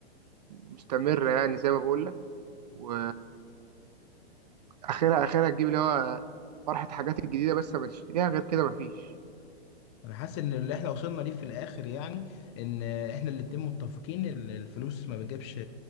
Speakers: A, on the right; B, on the left.
A: مستمره يعني زي ما بقول لك و اخرها اخرها تجيب اللي هو فرحة حاجات الجديدة بس ما تشتريها غير كده مفيش
B: انا حاسس ان اللي احنا وصلنا ليه في الاخر يعني ان احنا الاتنين متفقين ان الفلوس ما بتجيبش